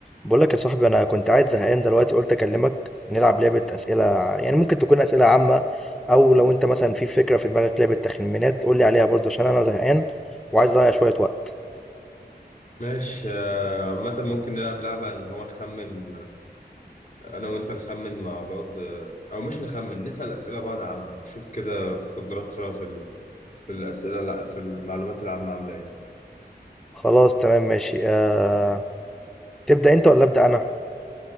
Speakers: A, in the centre; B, on the left.
A: بقول لك يا صاحبي انا كنت قاعد زهقان دلوقتي قلت اكلمك نلعب لعبه اسئله يعني ممكن تكون اسئله عامه او لو انت مثلا في فكره في دماغك لعبه تخمينات قول لي عليها برضه عشان انا زهقان وعايز اضيع شويه وقت
B: ماشي آه، عامة ممكن نلعب لعبة اللي هو نخمن أنا وأنت نخمن مع بعض آه، أو مش نخمن نسأل أسئلة بعض عامة نشوف كده قدراتنا في ال... في الأسئلة لا في المعلومات العامة عاملة إيه
A: خلاص تمام ماشي آه... تبدا انت ولا ابدا انا